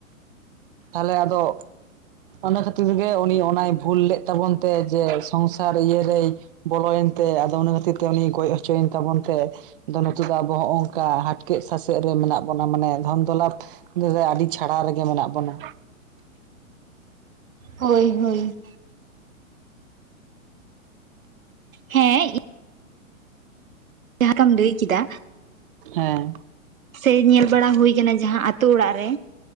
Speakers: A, on the right; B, on the right.
A: ᱛᱟᱦᱚᱞᱮ ᱟᱫᱚ ᱚᱱᱟ ᱠᱷᱟᱹᱛᱤᱨ ᱜᱮ ᱩᱱᱤ ᱚᱱᱟᱭᱼᱼ ᱵᱷᱩᱞ ᱞᱮᱫ ᱛᱟᱵᱚᱱ ᱛᱮ ᱡᱮ ᱥᱚᱝᱥᱟᱨ ᱤᱭᱟᱹᱨᱮᱭᱼᱼ ᱵᱚᱞᱚᱭᱮᱱ ᱛᱮ ᱟᱫᱚ ᱚᱱᱟ ᱠᱷᱟᱹᱛᱤᱨ ᱛᱮ ᱩᱱᱤ ᱜᱚᱡ ᱦᱚᱪᱚᱭᱮᱱ ᱛᱟᱵᱚᱱ ᱛᱮᱼᱼ ᱟᱫᱚ ᱱᱤᱛᱚᱜ ᱫᱚ ᱟᱵᱚ ᱦᱚᱸᱜᱼᱚ ᱱᱚᱝᱠᱟ ᱦᱴᱠᱮᱛ ᱥᱟᱥᱮᱛ ᱨᱮ ᱢᱮᱱᱟᱜ ᱵᱚᱱᱟ ᱢᱟᱱᱮ ᱫᱷᱚᱱ ᱫᱚᱞᱟᱛᱼᱼ <unintelligible> ᱟᱹᱰᱤ ᱪᱷᱟᱲᱟ ᱨᱮᱜᱮ ᱢᱮᱱᱟᱜ ᱵᱚᱱᱟ᱾
B: ᱦᱳᱭ ᱦᱳᱭ᱾ ᱦᱮᱸ᱾ ᱡᱟᱦᱟᱸ ᱞᱮᱠᱟᱢ ᱞᱟᱹᱭ ᱠᱤᱫᱟ᱾
A: ᱦᱮᱸ᱾
B: ᱥᱮ ᱧᱮᱞ ᱵᱟᱲᱟ ᱦᱩᱭ ᱟᱠᱟᱱᱟ ᱡᱟᱦᱟᱸ ᱟᱛᱳ ᱚᱲᱟᱜ ᱨᱮᱼᱼ